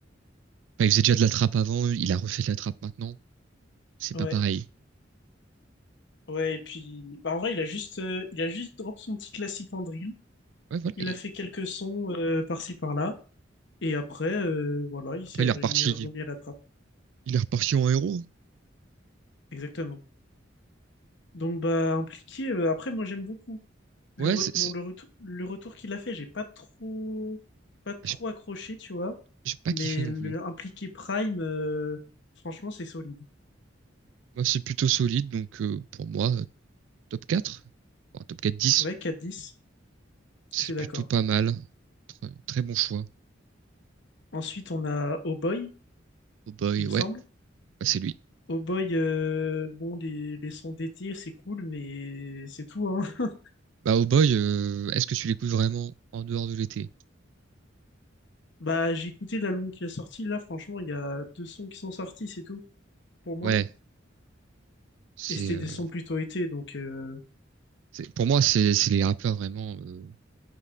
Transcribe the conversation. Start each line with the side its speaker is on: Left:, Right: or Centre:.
Right: bah, il faisait déjà de la trappe avant, il a refait de la trappe maintenant. C'est
Left: ouais.
Right: pas pareil.
Left: Ouais, et puis... Bah, en vrai, il a juste, euh, il a juste drop son petit classique en drill.
Right: Ouais, voilà.
Left: Il
Right: il-
Left: a fait quelques sons euh, par-ci par-là, et après, euh, voilà, il s'est
Right: après, il est
Left: remis,
Right: reparti,
Left: remis à la trappe.
Right: il est reparti en héros.
Left: Exactement. Donc bah impliqué. euh, après, moi j'aime beaucoup le
Right: Ouais,
Left: re-
Right: c'est,
Left: bon,
Right: c'est-
Left: le, retou- le retour qu'il a fait. J'ai pas trop pas trop
Right: j'ai
Left: accroché, tu vois.
Right: j'ai pas
Left: Mais
Right: kiffé non
Left: le
Right: plus.
Left: impliqué Prime, euh, franchement, c'est solide.
Right: Moi, c'est plutôt solide, donc euh, pour moi, euh, top 4, Enfin, top quatre dix,
Left: Ouais, quatre dix.
Right: c'est
Left: je suis d'accord.
Right: plutôt pas mal. Très, très bon choix.
Left: Ensuite, on a Oh Boy,
Right: Oh boy,
Left: il me
Right: ouais,
Left: semble.
Right: bah, c'est lui.
Left: Oh Boy, euh, bon, les, les sons d'été, c'est cool, mais c'est tout, hein. <laughs>
Right: Bah, Oh Boy, euh, est-ce que tu l'écoutes vraiment en dehors de l'été?
Left: Bah, j'ai écouté l'album qui est sorti, là, franchement, il y a deux sons qui sont sortis, c'est tout, pour moi.
Right: Ouais, c'est,
Left: Et c'était
Right: euh,
Left: des sons plutôt été, donc, euh,
Right: c'est- pour moi, c'est, c'est les rappeurs vraiment. euh,